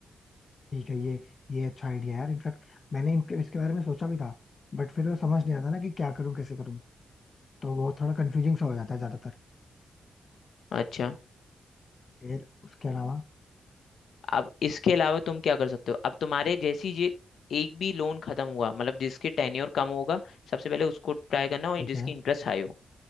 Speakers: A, on the left; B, on the left.
A: ठीक है ये ये अच्छा आइडिया है यार इनफैक्ट मैंने इनके इसके बारे में सोचा भी था बट फिर वो समझ नहीं आता ना कि क्या करूँ कैसे करूँ तो वो थोड़ा कंफ्यूजिंग सा हो जाता है ज्यादातर
B: अच्छा
A: फिर उसके अलावा
B: अब इसके अलावा तुम क्या कर सकते हो अब तुम्हारे जैसी ये एक भी लोन खत्म हुआ मतलब जिसके टेन्योर कम होगा सबसे पहले उसको ट्राई करना और
A: ठीक
B: जिसकी
A: है
B: इंटरेस्ट हाई हो